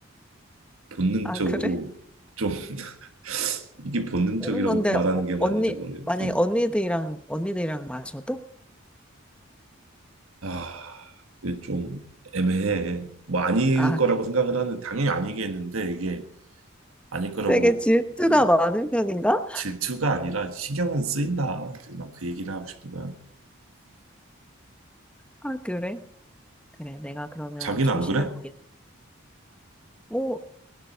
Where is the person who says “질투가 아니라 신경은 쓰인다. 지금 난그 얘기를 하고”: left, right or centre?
Right